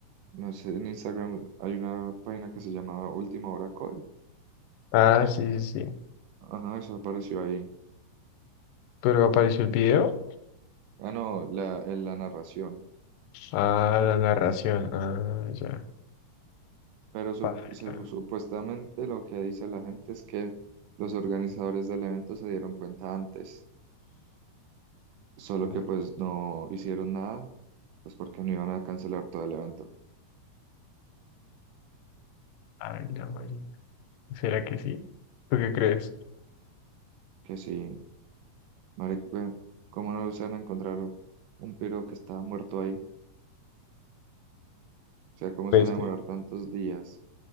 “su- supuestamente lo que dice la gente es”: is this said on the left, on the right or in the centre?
Right